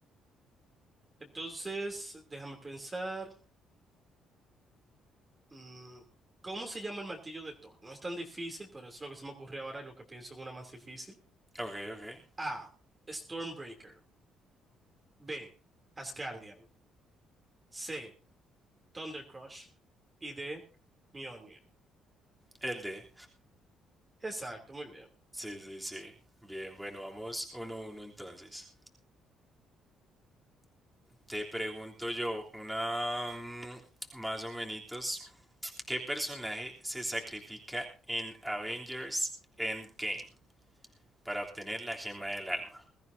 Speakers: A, on the right (about 20°); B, in the centre.
A: Entonces, déjame pensar. Mm, ¿Cómo se llama el martillo de Thor? No es tan difícil, pero es lo que se me ocurrió ahora, lo que pienso en una más difícil.
B: Ok, ok.
A: A. Stormbreaker. B. Asgardian. C. Thundercrush. Y D. Mjolnir.
B: El D.
A: Exacto, muy bien.
B: Sí, sí, sí. Bien, bueno, vamos uno a uno entonces. Te pregunto yo, una mm, más o menos, ¿qué personaje se sacrifica en Avengers Endgame para obtener la gema del alma?